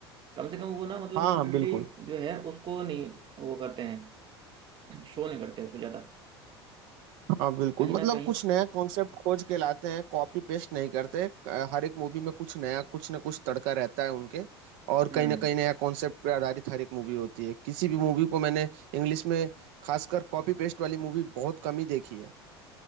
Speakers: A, on the right (about 35°); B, on the right (about 55°).
A: कम से कम वो ना मतलब
B: हाँ
A: न्यूडिटी
B: बिल्कुल
A: जो है उसको नहीं वो करते हैं शो नहीं करते उसको ज्यादा
B: हाँ बिल्कुल
A: कहीं
B: मतलब
A: ना कहीं
B: कुछ नया कॉन्सेप्ट खोज के लाते हैं कॉपी पेस्ट नहीं करते अ, हर एक मूवी में कुछ नया कुछ ना कुछ तड़का रहता है उनके और
A: हम्म
B: कहीं ना कहीं नया कॉन्सेप्ट पे आधारित हर एक मूवी होती है किसी भी मूवी को मैंने इंग्लिश में खासकर कॉपी पेस्ट वाली मूवी बहुत कम ही देखी है